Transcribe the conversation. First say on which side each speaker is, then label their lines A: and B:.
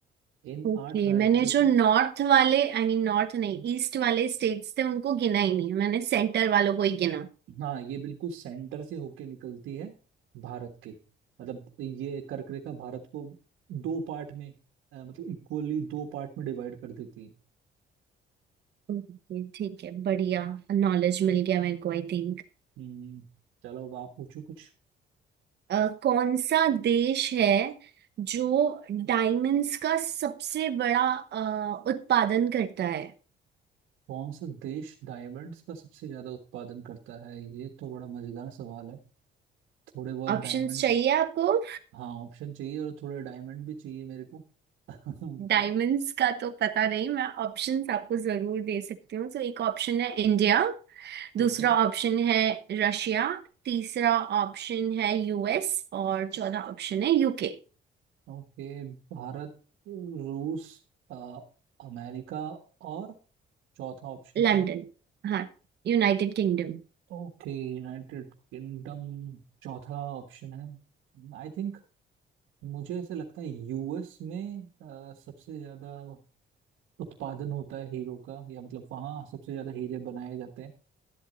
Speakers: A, on the right; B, on the right.
A: इन
B: ओके
A: आठ राज्यों
B: मैंने जो
A: से
B: नॉर्थ वाले आई मीन नॉर्थ नहीं ईस्ट वाले स्टेट्स थे उनको गिना ही नहीं मैंने सेंटर वालों को ही गिना
A: हाँ ये बिल्कुल सेंटर से होके निकलती है भारत के मतलब ये कर्क रेखा भारत को दो पार्ट में अ, मतलब इक्वली दो पार्ट में डिवाइड कर देती है
B: ओके ठीक है बढ़िया नॉलेज मिल गया मेरे को आई थिंक।
A: हम्म, चलो अब आप पूछो कुछ
B: अ, कौन सा देश है जो डायमंड्स का सबसे बड़ा अ, उत्पादन करता है
A: कौन सा देश डायमंड्स का सबसे ज्यादा उत्पादन करता है ये तो बड़ा मजेदार सवाल है थोड़े बहुत
B: ऑप्शंस
A: डायमंड
B: चाहिए आपको
A: हाँ ऑप्शन चाहिए और थोड़े डायमंड भी चाहिए मेरे को <laughs> तो
B: डायमंड्स का तो पता नहीं मैं ऑप्शंस आपको जरूर दे सकती हूँ तो एक ऑप्शन है इंडिया दूसरा
A: ठीक है
B: ऑप्शन है रशिया तीसरा ऑप्शन है यूएस और चौथा ऑप्शन है यूके
A: ओके भारत रूस अ, अमेरिका और चौथा ऑप्शन
B: लंदन
A: क्या है
B: हाँ यूनाइटेड किंगडम
A: ओके यूनाइटेड किंगडम चौथा ऑप्शन है आई थिंक मुझे ऐसे लगता है यूएस में अ, सबसे ज्यादा उत्पादन होता है हीरो का या मतलब वहाँ सबसे ज्यादा हीरे बनाए जाते हैं